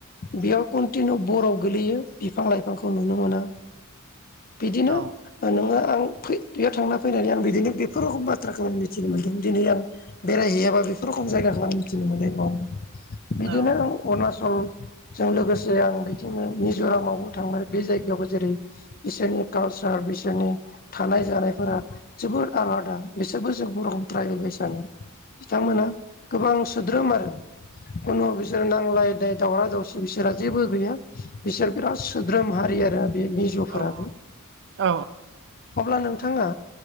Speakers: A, on the left; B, on the right.
A: बेयाव कन्टिनिउ बरफ गोलैयो बिफां लाइफांखौ नुनो मोना बिदिनो
B: औ
A: नोङो आं फ बेयाव थांना फैनानै आं बिदिनो बेफोर रखम बाथ्राखौ आं मिथिनो मोनदों दिनै आं बेरायहैयाबा बेफोर रखम जायगाखौ आं मिथिनो मोननाय नङामोन बिदिनो
B: औ
A: आं अरुणाचलजों लोगोसे आं बिदिनो मिज'रामावबो थांबाय बे जायगायावबो जेरै बिसोरनि कालसार बिसोरनि थानाय जानाय फोरा जोबोद आलादा बिसोरबो जों बर' रखम ट्राइबेल बयसानो बिथांमोना गोबां सोद्रोम आरो खुनु बिसोरो नांलाय दाय दावरा दावसि बिसोरहा जेबो गैया बिसोर बिराद सोद्रोम हारि आरो बे मिज'फोराबो
B: औ औ
A: अब्ला नों थाङा